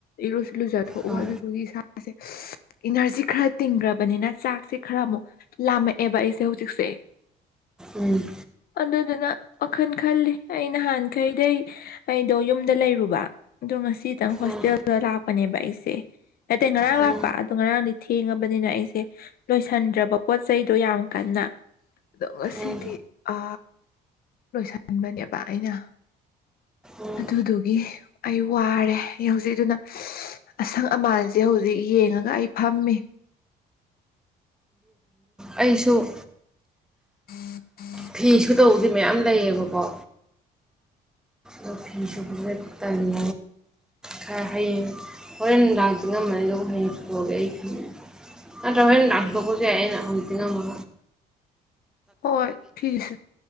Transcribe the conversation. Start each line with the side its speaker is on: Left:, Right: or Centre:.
Left: ꯏꯔꯨꯁꯤꯜꯂꯨꯖꯠ ꯊꯣꯛꯎ
Centre: ꯍꯣꯏ
Left: ꯑꯗꯨꯗꯨꯒꯤ ꯏꯁ ꯃꯥꯦ ꯏꯅꯔꯖꯤ ꯈꯔ ꯇꯤꯡꯈ꯭ꯔꯕꯅꯤꯅ ꯆꯥꯛꯁꯦ ꯈꯔ ꯑꯃꯨꯛ ꯂꯥꯝꯃꯛꯑꯦꯕ ꯑꯩꯁꯦ ꯍꯧꯖꯤꯛꯁꯦ
Centre: ꯎꯝ
Left: ꯑꯗꯨꯗꯨꯅ ꯋꯥꯈꯜ ꯈꯜꯂꯤ ꯑꯩ ꯅꯍꯥꯟꯈꯩꯗꯩ ꯑꯩꯗꯣ ꯌꯨꯝꯗ ꯂꯩꯔꯨꯕ ꯑꯗꯣ ꯉꯁꯤ ꯈꯤꯇꯪ ꯍꯣꯁꯇꯦꯜꯗ
Centre: ꯎꯝ
Left: ꯂꯥꯛꯄꯅꯦꯕ ꯑꯩꯁꯦ ꯅꯇꯩ ꯉꯔꯥꯡ
Centre: ꯎꯝ
Left: ꯂꯥꯛꯄ ꯑꯗꯣ ꯉꯔꯥꯡꯗꯤ ꯊꯦꯡꯉꯕꯅꯤꯅ ꯑꯩꯁꯦ ꯂꯣꯏꯁꯤꯟꯗ꯭ꯔꯕ ꯄꯣꯠ ꯆꯩꯗꯣ ꯌꯥꯝ ꯀꯟꯅ ꯑꯗꯣ ꯉꯁꯤꯗꯤ
Centre: ꯎꯝ
Left: ꯑ ꯂꯣꯏꯁꯤꯟꯕꯅꯦꯕ ꯑꯩꯅ
Centre: ꯎꯝ
Left: ꯑꯗꯨꯗꯨꯒꯤ ꯑꯩ ꯋꯥꯔꯦ ꯑꯩ ꯍꯧꯖꯤꯛ ꯑꯗꯨꯅ ꯑꯁꯪ ꯑꯃꯥꯟꯁꯤꯦ ꯍꯧꯖꯤꯛ ꯌꯦꯡꯉꯒ ꯑꯩ ꯐꯝꯃꯤ
Centre: ꯑꯩꯁꯨꯁꯨ
Left: ꯎꯝ ꯎꯝ
Centre: ꯐꯤꯁꯨ ꯇꯧꯕꯗꯤ ꯃꯌꯥꯝ ꯂꯩꯌꯦꯕꯀꯣ ꯑꯣ ꯐꯨ꯭ꯦ ꯊꯅꯤ ꯈꯔ ꯍꯌꯦꯡ ꯍꯣꯔꯦꯟ ꯂꯥꯡꯇ ꯉꯝꯃꯅꯤ ꯑꯗꯨꯒ ꯍꯌꯦꯡꯁꯨ ꯇꯣꯛꯑꯒꯦ ꯑꯩ ꯐ ꯇꯍꯦꯟꯅ ꯑꯊꯧꯕꯒꯦ ꯑꯩꯅ ꯍꯗꯅ ꯃ
Left: ꯍꯣꯏ ꯐꯦꯁꯨ